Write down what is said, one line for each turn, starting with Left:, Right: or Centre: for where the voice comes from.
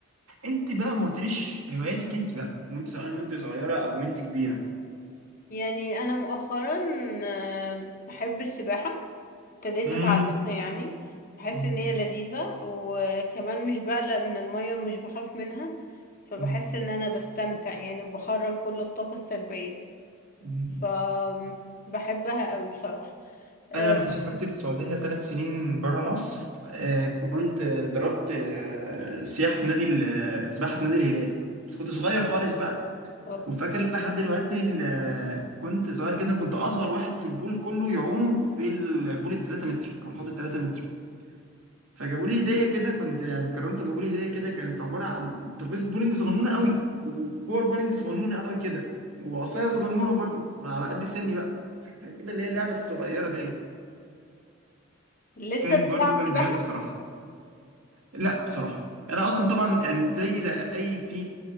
Right: انت بقى ما قلتليش هواياتك انت بقى وانت سواء وانت صغيرة أو وانت كبيرة
Left: يعني انا مؤخرا آه، بحب السباحة ابتديت
Right: مم.
Left: اتعلمها يعني بحس
Right: مم.
Left: ان هي لذيذة وكمان مش بقلق من المية ومش بخاف منها فبحس
Right: مم.
Left: ان انا بستمتع يعني وبخرج كل الطاقة السلبية
Right: مم.
Left: ف بحبها قوي بصراحة أم،
Right: انا لما سافرت السعوديه ثلاث سنين بره مصر آه، كنت آه، ضربت آه، سياحه في نادي ال- آه، سباحه في نادي الهلال بس كنت صغير خالص بقى
Left: اوكي
Right: وفاكر لحد دلوقتي ال- آه، كنت صغير جدا كنت اصغر واحد في البول كله يعوم في البول ال 3 متر او الحوض ال 3 متر فجابوا لي هديه كده كنت يعني اتكرمت وجابوا لي هديه كده كانت عباره عن ترابيزه بولينج صغنونه قوي وكور بولينج صغنونه قوي كده وعصايه صغنونه برضو على قد سني بقى بس كانت حاجة كده اللي هي اللعبه الصغيره ديت
Left: لسه
Right: كانت
Left: بتلعب
Right: برضو جامده
Left: سباحة
Right: جامده الصراحه لا بصراحه انا اصلا طبعا يعني زي زي اي تيم